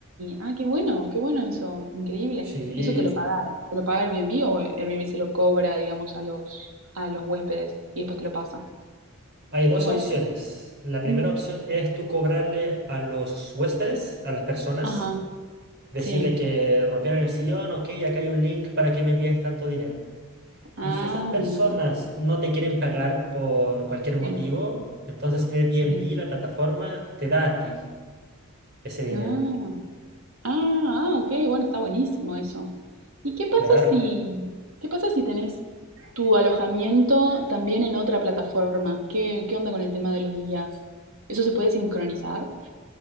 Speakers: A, on the right; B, on the right.
A: Ah, qué bueno, qué bueno eso, increíble.
B: Sí,
A: ¿Y eso te lo paga, te lo paga Airbnb o Airbnb se lo cobra, digamos, a los, a los huéspedes y después te lo pasa?
B: hay dos
A: ¿Cómo
B: opciones.
A: es?
B: La primera
A: Mm,
B: opción es tú cobrarle a los huéspedes, a las personas.
A: Ajá,
B: Decirle
A: sí.
B: que rompieron el sillón, ok, acá hay un link para que me envíes tanto dinero.
A: Ah,
B: Y si esas personas
A: ajá,
B: no te quieren pagar por cualquier motivo,
A: sí,
B: entonces Airbnb,
A: sí.
B: la plataforma, te da a ti ese dinero.
A: Ah, ah, ah, ok, bueno, está buenísimo eso. ¿Y qué pasa
B: Claro,
A: si, qué pasa si tenés tu alojamiento también en otra plataforma? ¿Qué, qué onda con el tema de los días? ¿Eso se puede sincronizar?